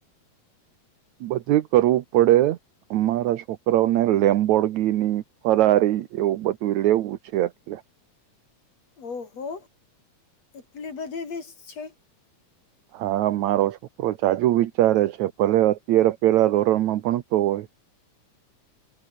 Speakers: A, on the right; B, on the left.
A: બધું એ કરવું પડે. અમારા છોકરાઓને લેંબોરગીની, ફરારી એવું બધું લેવું છે. એટલે
B: ઓહો! એટલી બધી વીસ છે.
A: હા મારો છોકરો ઝાઝું વિચારે છે, ભલે અત્યારે પેલા ધોરણમાં ભણતો હોય.